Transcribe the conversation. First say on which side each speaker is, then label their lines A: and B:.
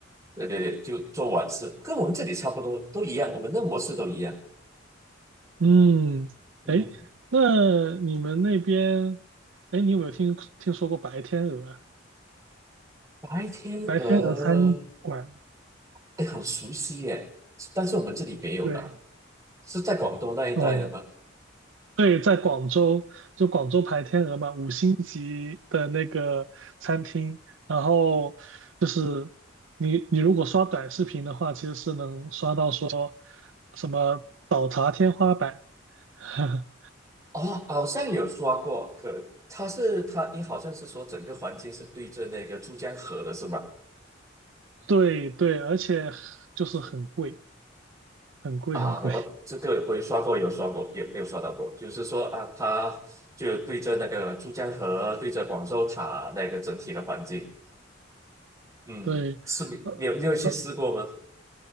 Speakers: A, on the right; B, on the right.
A: 对对对，就做晚市，跟我们这里差不多，都一样，我们的模式都一样。
B: 嗯，
A: 嗯，
B: 哎，那你们那边，哎，你有没有听听说过白天鹅啊？
A: 白天鹅，
B: 白天鹅餐馆，
A: 哎，很熟悉耶，但是我们这里没有啦。
B: 对，
A: 是在广东那一带的吗？
B: 哦，对，在广州，就广州白天鹅嘛，五星级的那个餐厅，然后就是你你如果刷短视频的话，其实是能刷到说什么早茶天花板，<laughs>
A: 哦，好像有刷过，可他是他，你好像是说整个环境是对着那个珠江河的是吗？
B: 对对，而且就是很贵，
A: 是
B: 很贵，
A: 啊，
B: 很贵，
A: 我这个我有刷过，有刷过，也没有刷到过，就是说啊，他就对着那个珠江河，对着广州塔那个整体的环境，嗯，
B: 对。
A: 是没，
B: 呃呃
A: 你有你有去试过吗？